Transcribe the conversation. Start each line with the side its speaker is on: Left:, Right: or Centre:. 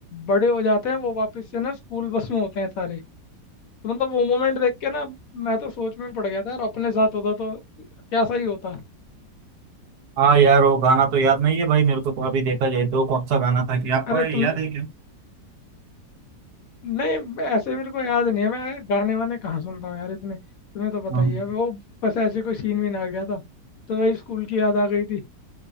Left: बड़े हो जाते हैं वो वापस से ना स्कूल बस में होते हैं सारे तो मतलब वो मोमेंट देख के ना मैं तो सोच में पड़ गया था और अपने साथ होता तो कैसा ही होता
Right: हाँ यार वो गाना तो याद नहीं है भाई मेरे को तो अभी देखा जाए तो कौन सा गाना था कि आपको
Left: अरे
Right: है,
Left: तुम
Right: याद है क्या
Left: नहीं मैं- ऐसे मेरे को याद नहीं है मैं गाने वाने कहाँ सुनता हूँ यार इतने तुम्हें तो पता
Right: हाँ
Left: ही है वो बस ऐसे कोई सीन भी ना आ गया था तो वही स्कूल की याद आ गई थी